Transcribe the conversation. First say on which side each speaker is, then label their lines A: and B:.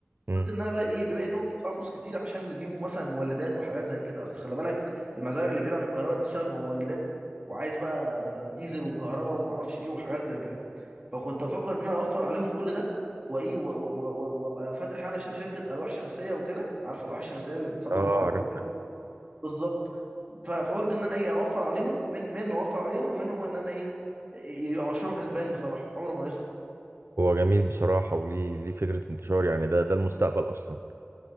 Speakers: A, on the right (about 85°); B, on the right (about 30°).
A: مم.
B: قلت ان انا بقى ايه بما انهم بيدفعوا فلوس كتير عشان يجيبوا مثلا مولدات وحاجات زي كده اصل خلي بالك المزارع اللي بعيد عن الكهرباء دي بتشتغل بمولدات وعايز بقى ديزل وكهرباء ومعرفش ايه وحاجات زي كده فكنت افكر ان انا اوفر عليهم كل ده وايه و- و- و- و- وابقى فاتح انا ش- شركه الواح شمسيه وكده عارف الواح الشمسيه اللي بتصنع
A: اه
B: كهرباء
A: عارف
B: وكده بالظبط ف- فقلت ان انا ايه اوفر عليهم من من اوفر عليهم ومنهم ان انا ايه يبقى مشروع كسبان بصراحه عمره ما يخسر
A: هو جميل بصراحة وليه ليه فكرة انتشار يعني ده ده المستقبل أصلا